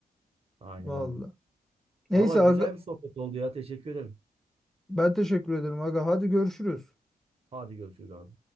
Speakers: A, on the right; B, in the centre.
A: Aynen
B: Vallahi.
A: öyle.
B: Neyse
A: Valla güzel
B: aga,
A: bir sohbet oldu ya. Teşekkür ederim.
B: ben teşekkür ederim aga. Hadi görüşürüz.
A: Hadi görüşürüz abi.